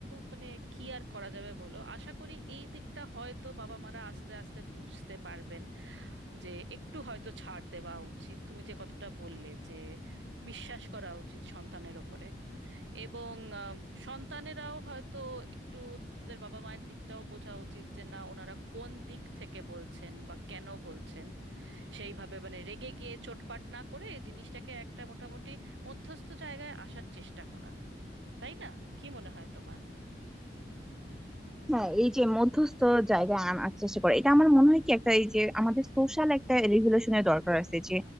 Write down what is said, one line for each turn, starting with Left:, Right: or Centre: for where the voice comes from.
Right: মানে কি আর করা যাবে বলো আশা করি এই দিকটা হয়তো বাবা মারা আস্তে আস্তে বুঝতে পারবেন যে একটু হয়তো ছাড় দেওয়া উচিত তুমি যে কথাটা বললে যে বিশ্বাস করা উচিত সন্তানের ওপরে এবং আহ, সন্তানেরাও হয়তো একটু তাদের বাবা মায়ের দিকটাও বোঝা উচিত যে না ওনারা কোন দিক থেকে বলছেন বা কেন বলছেন সেইভাবে মানে রেগে গিয়ে চোটপাট না করে জিনিসটাকে একটা মোটামুটি মধ্যস্থ জায়গায় আসার চেষ্টা করা তাই না কি মনে হয় তোমার
Centre: হ্যাঁ এই যে মধ্যস্থ জায়গায় আনার চেষ্টা করে এটা আমার মনে হয় কি একটা এই যে আমাদের সোশ্যাল একটা রেভলিউশনের দরকার আছে যে